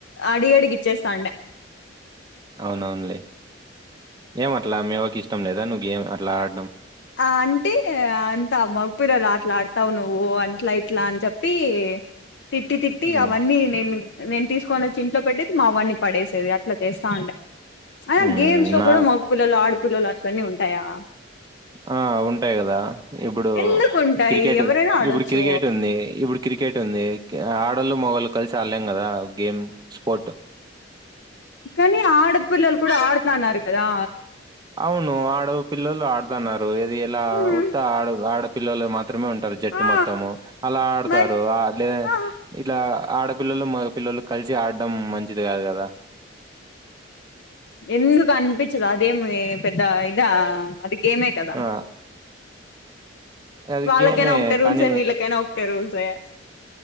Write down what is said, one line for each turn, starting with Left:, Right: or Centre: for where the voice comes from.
Left: అడి అడికిచ్చేస్తాండే.
Right: అవునవునులే, ఏమ అట్లా మి అవకి ఇష్టం లేదా నువ్వు గేమ్ అట్లా ఆడడం?
Left: ఆ అంటే అంత మగ పిల్లలు అట్లా ఆడతావు నువ్వు, అట్లా ఇట్లా అని చెప్పి తిట్టి తిట్టి
Right: హ్మ్.
Left: అవన్నీ నేను నేను తీసుకొని వచ్చి ఇంట్లో పెట్టి మా అవ్వని పడేసేది అట్లా చేస్తా ఉండె ఆ
Right: హ్మ్.
Left: గేమ్స్ లో
Right: నా
Left: కూడా మగ పిల్లలు ఆడ్ మగ పిల్లలు ఆట్లనే ఉంటాయా?
Right: ఆ ఉంటాయి కదా ఇప్పుడు,
Left: ఎందుకుంటాయి
Right: క్రికెట్
Left: ఎవరైనా ఆడొచ్చు.
Right: ఇప్పుడు క్రికెట్ ఉంది, ఇప్పుడు క్రికెట్ ఉంది. ఆ ఆడోలు మొగోలు కలిసి ఆడలేం కదా గేమ్, స్పోర్ట్
Left: కానీ ఆడపిల్లలు కూడా ఆడతాన్నారు కదా.
Right: అవును ఆడవ పిల్లలు ఆడతన్నారు. రు ఇది ఎలా
Left: హ్మ్.
Right: ఉత్త ఆడుడు పల్లలు మాత్రమే ఉం టరు జట్టు
Left: ఆ!
Right: మొత్తము, ఆడుతారు
Left: మరి
Right: ఆలె
Left: ఆ!
Right: ఇట్లా అడ పిల్లలు మగ పిల్లలు కలిసి ఆడడం మంచిది కాదు కదా.
Left: ఎందుకు అనిపించదు, అదేం ఏం పెద్ద ఇదా? అది గేమే కదా!
Right: ఆ అది
Left: వాళ్ళకైనా
Right: గేమే
Left: ఒకటె రూల్
Right: కానీ
Left: సే వీళ్ళకైనా ఒకటే రూల్స్. స